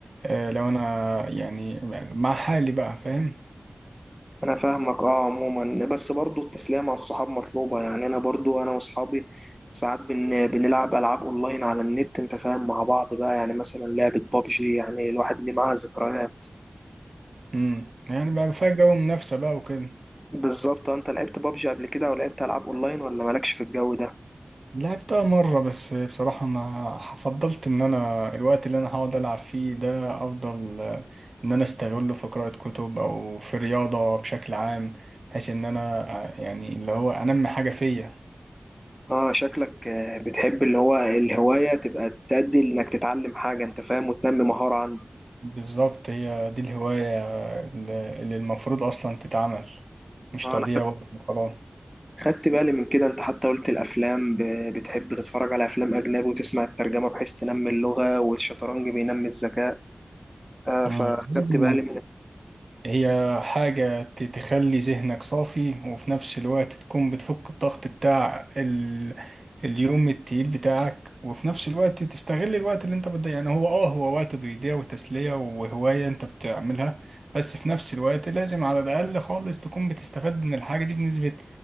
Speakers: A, on the right; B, in the centre.
A: آه، لو انا يعني مع حالي بقى فاهم
B: انا فاهمك اه عموما بس برضو التسلية مع الصحاب مطلوبة يعني انا برضو انا واصحابي ساعات بن... بنلعب العاب اونلاين على النت انت فاهم مع بعض بقى يعني مثلا لعبة بابجي يعني الواحد ليه معاها ذكريات
A: امم يعني بقى فيها جو منافسة بقى وكده
B: بالظبط آه، انت لعبت بابجي قبل كده او لعبت العاب اونلاين ولا مالكش في الجو ده
A: لعبتها مرة بس بصراحة ما فضلت إن أنا الوقت اللي أنا هقعد ألعب فيه ده أفضل آه، إن أنا أستغله في قراءة كتب أو في رياضة بشكل عام بحيث إن أنا آه، يعني اللي هو أنمي حاجة فيا
B: اه شكلك آه، بتحب اللي هو الهواية تبقى تأدي انك تتعلم حاجة انت فاهم وتنمي مهارة عندك
A: بالظبط هي دي الهواية اللي اللي المفروض أصلا تتعمل مش
B: اه
A: تضييع
B: انا
A: وقت وخلاص
B: خدت بالي من كده انت حتى قلت الافلام ب- بتحب تتفرج على افلام اجنبي وتسمع الترجمه بحيث تنمي اللغه والشطرنج بينمي الذكاء آه،
A: مم.
B: فخدت
A: لازم
B: بالي من
A: هي حاجة ت- تخلي ذهنك صافي وفي نفس الوقت تكون بتفك الضغط بتاع ال... اليوم التقيل بتاعك وفي نفس الوقت تستغل الوقت اللي انت بتضيع يعني هو اه هو وقت بيضيع وتسلية وهواية انت بتعملها بس في نفس الوقت لازم على الأقل خالص تكون بتستفاد من الحاجة دي بنسبة